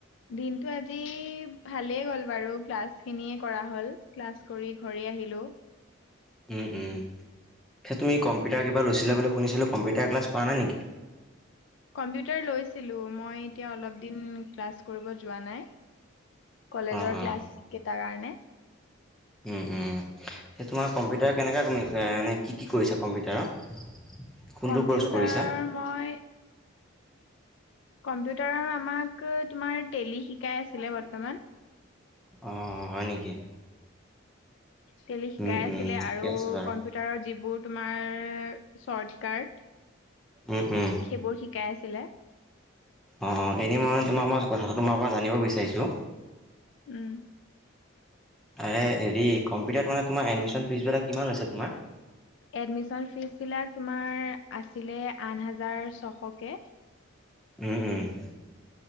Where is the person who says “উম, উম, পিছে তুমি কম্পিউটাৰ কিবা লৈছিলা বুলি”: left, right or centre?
Centre